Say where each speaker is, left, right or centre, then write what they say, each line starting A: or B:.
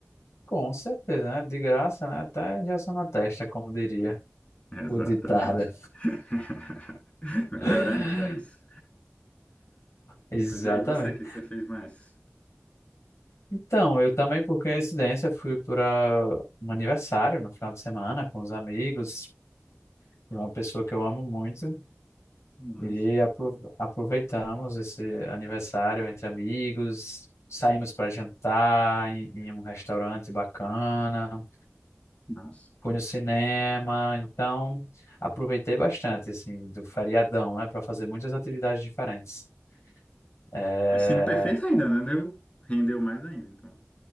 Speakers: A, on the left; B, on the left.
A: com certeza, né? De graça, né? Até injeção na testa, como diria
B: Exatamente.
A: o ditado.
B: <laughs> Melhor
A: <laughs>
B: ainda isso.
A: Exatamente.
B: Mas e aí, você, o que que você fez mais?
A: Então, eu também, por coincidência, fui para um aniversário no final de semana com os amigos de uma pessoa que eu amo muito.
B: Nossa.
A: E apro- aproveitamos esse aniversário entre amigos, saímos para jantar em, em um restaurante bacana,
B: Nossa.
A: fui no cinema, então aproveitei bastante assim do feriadão, né, para fazer muitas atividades diferentes. É...
B: Assim, perfeito ainda, né? Deu, rendeu mais ainda, então.